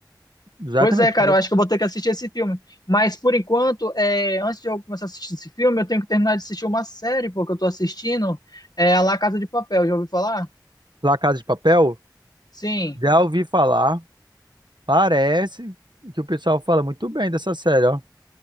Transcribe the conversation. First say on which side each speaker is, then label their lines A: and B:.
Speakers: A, on the right; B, on the left.
A: Exatamente.
B: Pois é, cara,
A: Falou
B: eu acho que eu vou ter que assistir esse filme. Mas por enquanto, é, antes de eu começar a assistir esse filme, eu tenho que terminar de assistir uma série, porque eu tô assistindo é, a La Casa de Papel, já ouviu falar?
A: La Casa de Papel,
B: Sim.
A: já ouvi falar, parece que o pessoal fala muito bem dessa série, ó.